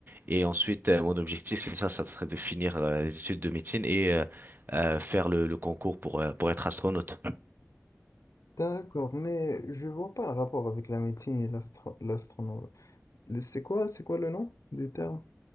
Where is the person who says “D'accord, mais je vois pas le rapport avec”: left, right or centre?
Left